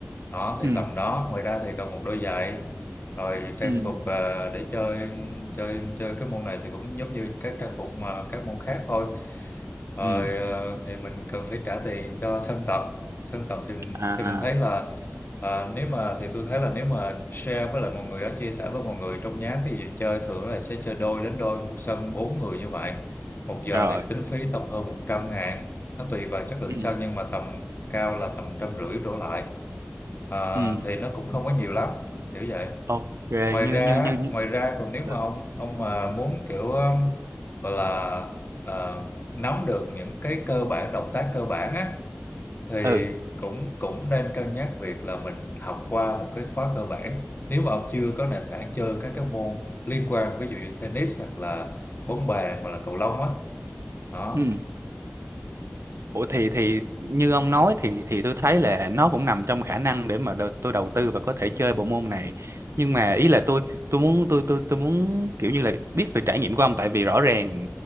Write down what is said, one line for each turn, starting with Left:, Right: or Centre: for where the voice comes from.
Left: đó thì
Right: ừ
Left: tầm đó ngoài ra thì cần một đôi giày rồi trang
Right: ừ
Left: phục à, để chơi chơi chơi cái môn này thì cũng giống như các trang phục mà các môn khác thôi rồi
Right: ừ
Left: ờ, thì mình cần phải trả tiền cho sân tập sân tập thì
Right: à
Left: thì mình thấy là ờ, nếu mà thì tôi thấy là nếu mà share với lại mọi người á, chia sẻ với mọi người trong nhóm ví dụ chơi thường là sẽ chơi đôi đến đôi một sân bốn người như vậy một giờ
Right: rồi
Left: thì tính phí tầm hơn một trăm ngàn nó tùy vào chất lượng
Right: ừ
Left: sân nhưng mà tầm cao là tầm trăm rưỡi đổ lại Ờ,
Right: ừ
Left: thì nó cũng không có nhiều lắm kiểu vậy
Right: ok
Left: ngoài
Right: như
Left: ra
Right: như
Left: á,
Right: như, như.
Left: ngoài ra còn nếu mà
Right: ừ
Left: ông ông mà muốn kiểu um, gọi là ờ, nắm được những cái cơ bản động tác cơ bản á thì
Right: Ừ.
Left: cũng cũng nên cân nhắc việc là mình học qua một cái khóa cơ bản nếu mà ông chưa có nền tảng chơi các cái môn liên quan ví dụ như tennis hoặc là bóng bàn hoặc là cầu lông á đó.
Right: ừ Ủa thì thì như ông nói thì thì tôi thấy là nó cũng nằm trong khả năng để mà đo- tôi đầu tư và có thể chơi bộ môn này. Nhưng mà ý là tôi tôi muốn tôi tôi tôi muốn kiểu như là biết về trải nghiệm của ông tại vì rõ ràng